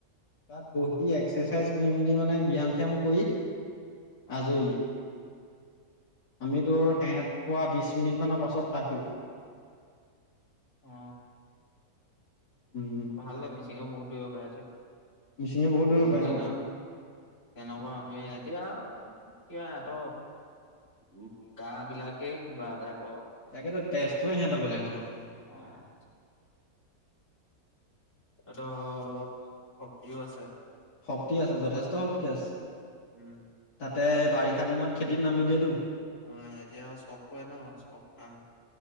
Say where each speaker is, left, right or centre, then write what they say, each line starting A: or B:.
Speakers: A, on the left; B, on the left.
A: তাত বহি এক্সাৰচাইজ কৰি মেলি মানে ব্যায়াম শ্যাম কৰি।
B: অ
A: আজই। আমি তোৰ সেহত পোৱা বিশ মিনিট মানৰ পাছত পাইছোগেয়। <inaudible>
B: অ
A: উম
B: ভাল দে মিচিঙে বহুত দৌৰিব পাৰে থত।
A: মিচিঙে বহুত দৌৰিব
B: আমি
A: পাৰে
B: তেনে,
A: অ
B: তেনেকুৱা আমি। এতিয়া এতিয়া এত, উ গা বিলাকেই কিবা টাইপ।
A: তাকেতো তেজটোৱে সিহঁতৰ বেলেগ অলপ।
B: <unintelligible> অ অ, অলপ শক্তিও আছে।
A: শক্তি আছে যথেষ্ট শক্তি আছে।
B: উম।
A: তাতে বাৰিষা দিনত খেতিত নামি দিয়েতো।
B: অ', এতিয়া আৰু চব কৰে ন চব কাম?